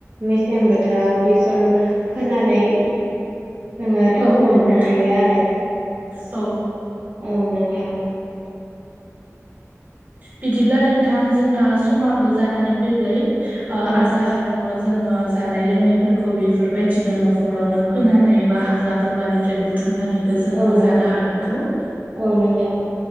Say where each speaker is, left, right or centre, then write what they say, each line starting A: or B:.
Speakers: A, on the right; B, on the right.
A: मेसें बोथोराव बेसर फोनानै जोङो थावखौ
B: औ
A: मोननो
B: औ नोंथां
A: हायो आरो
B: औ
A: औ नोंथां
B: बिदिब्ला नोंथां जोंना समाबो जानानै फैब्लाय
A: औ
B: आसा खालामो जोङो जानाय लोंनायफोरखौ बेफोरबायदिनो न'खरावनो फोनानै बा हाग्रा बंग्रानिफ्राय बुथुमनानै <unintelligible> जोङो
A: औ नोंथां
B: जानो हागोनखौ
A: औ नोंथां।